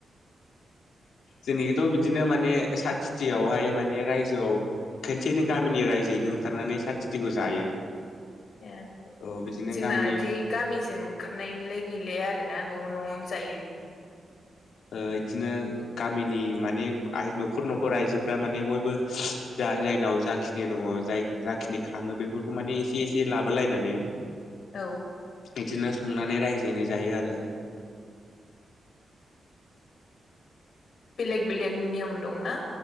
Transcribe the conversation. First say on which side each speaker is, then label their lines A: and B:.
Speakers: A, on the left; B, on the left.
A: जोंनिखिथ' बिदिनो माने सात सिटियावहाय माने रायजोआव खनसेयैनो गामिनि रायजोयैनो ओंखारनानै सा थिथिखौ जायो
B: ए
A: औ बिदिनो
B: जोंना
A: गामिनि
B: बिदि गामिजों ओंखारनायलाय गैलाया आरो ना न' न'नो जायो
A: बिदिनो गामिनि माने न'खर न'खर आइजोफ्रा माने बयबो ज जायनाव जाखिनि दङ जाय जाखिनि खाङो बेफोरखौ माने एसे एसे लाबो लायनानै
B: औ
A: बिदिनो संनानै रायजोयै जायो आरो
B: बेलेग बेलेग नियम दंना